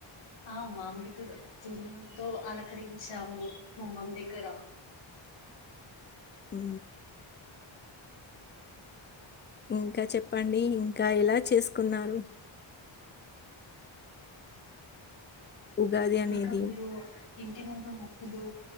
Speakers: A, on the left; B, on the left.
A: ఆ మామిడి తూరు తూరు ఆలకరి చ్చము కుుమ్మం గ్రా
B: ఉ ఇంకా చెప్పండి ఇంకా ఇలా చేసుకున్నారు ఉగాది అనేది?
A: ఇంకా మీరు ఇకా ఇంటి ముందు ముగ్గులు